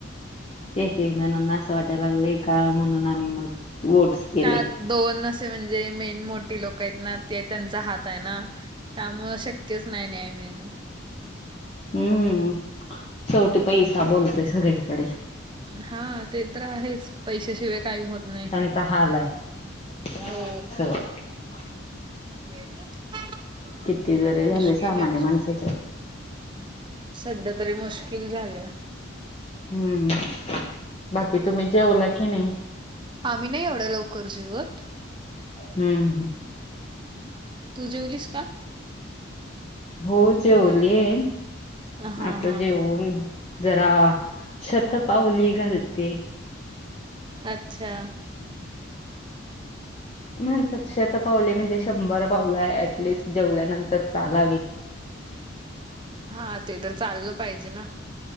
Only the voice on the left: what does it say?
एक एक जणांना असं वाटायला लागलं का म म्हणून आम्ही मत वोट्स केले.
हम्म शेवटी पैसा बोलतय सगळीकडे.
चा हाल आहे. <unintelligible>
किती जरीे
झाले सामान्य
माणसाच्या
हम्म, बाकी तुम्ही जेवला की नाही?
हम्म हम.
हो जेवलीये,
आता
जेवून जरा शतपाउली घालते.
म्हणतात शतपावली म्हणजे शंभर पावलं ऍटलिस्ट जेवल्यानंतर चालावीत.